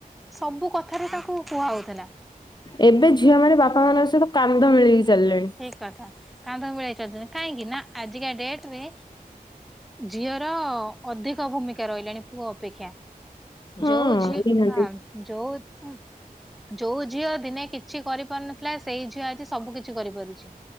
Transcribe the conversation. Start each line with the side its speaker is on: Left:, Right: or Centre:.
Centre: ସବୁ କଥାରେ ତାକୁ କୁହା ହଉଥିଲା।
Left: ଏବେ ଝିଅମାନେ ବାପା ମାନଙ୍କ ସହିତ କାନ୍ଧ ମିଳେଇକି ଚାଲିଲେଣି।
Centre: ଠିକ କଥା କାନ୍ଧ ମିଳେଇକି ଚାଲୁଛନ୍ତି କାହିଁକି ନା ଆଜିକା ଡେଟ ରେ ଝିଅର ଅଧିକ ଭୂମିକା ରହିଲାଣି ପୁଅ ଅପେକ୍ଷା।
Left: ହଁ
Centre: ଯୋଉ ଝିଅ
Left: ନିହାତି
Centre: ହଁ ଯୋଉ ଯୋଉ ଝିଅ ଦିନେ କିଛି କରିପାରୁନଥିଲା ସେଇ ଝିଅ ଆଜି ସବୁ କି କରିପାରୁଛି